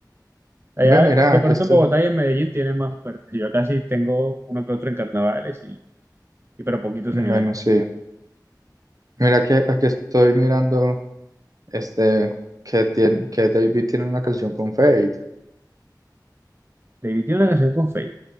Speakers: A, on the right (about 35°); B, on the right (about 50°).
A: Allá,
B: Ve, mira,
A: de
B: aquí
A: pronto
B: estoy.
A: en Bogotá y en Medellín tienen más ofertas. Yo casi tengo uno que otro en carnavales y, y pero poquitos
B: Bueno,
A: en el año.
B: sí. Mira que aquí estoy mirando este que tiene, que David tiene una canción con Fade
A: David tiene una canción con Feid.